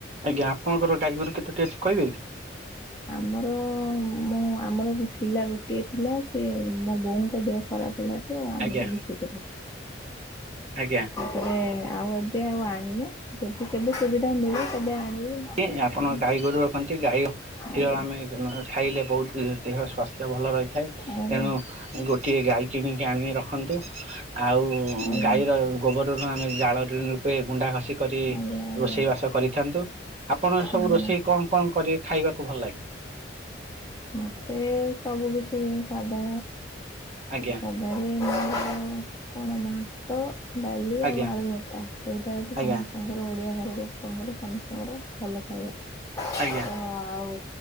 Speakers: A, on the right; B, on the left.
A: ଆଜ୍ଞା ଆପଣଙ୍କର ଗାଈଗୋରୁ କେତେ ଟି ଅଛି କହିବେ କି?
B: ଆମର ମୁଁ ଆମର ଥିଲା ଗୋଟିଏ ଥିଲା ସେ ମୋ ବୋଉଙ୍କ ଦେହ ଖରାପ ହେଲା ଠୁ ଆମର
A: ଆଜ୍ଞା
B: ବିକି ଦେଲୁ।
A: ଆଜ୍ଞା।
B: ଏବେ ଆଉ ଏବେ ଆଉ ଆଣିନୁ ଯଦି କେବେ ସୁବିଧା ମିଳିବ ତେବେ ଆଣିବୁ। ନହେଲେ
A: କି ଆପଣ
B: ନାହିଁ
A: ଗାଈ ଗୋରୁ ରଖନ୍ତି ଗାଈ କ୍ଷୀର
B: ଆଜ୍ଞା
A: ଆମେ ଖାଇଲେ ବହୁତ ଦେହ ସ୍ଵାସ୍ଥ୍ୟ ଭଲ ରହିଥାଏ ତେଣୁ
B: ଆଜ୍ଞା
A: ଗୋ ଟିଏ ଗାଈ କିଣିକି ଆଣିକି ରଖନ୍ତୁ ଆଉ
B: ଆଜ୍ଞା।
A: ଗାଈର ଗୋବରରୁ ମାନେ ଜାଳନି ରୂପେ ଗୁଣ୍ଡା ଘଷି କରି
B: ଆଜ୍ଞା ଆଜ୍ଞା
A: ରୋଷେଇ ବାସ କରିଥାନ୍ତୁ। ଆପଣ ସବୁ
B: ଆଜ୍ଞା
A: ରୋଷେଇ କଣ କଣ କରି ଖାଇବାକୁ ଭଲ ଲାଗେ?
B: ମତେ ସବୁ କିଛି ସାଧା
A: ଆଜ୍ଞା
B: ସା ଘରେ <inaudible> କଣ ଭାତ ଡାଲି
A: ଆଜ୍ଞା
B: ଆଉ ଆଳୁ ଭତା ସେଇଟା ହଉଛି
A: ଆଜ୍ଞା।
B: ସମସ୍ ତାଙ୍କର ଓଡ଼ିଆ ଘର ଲୋକଙ୍କର ସମସ୍ତଙ୍କର ଭଲ ଖାଇବା।
A: ଆଜ୍ଞା।
B: ହଁ ଆଉ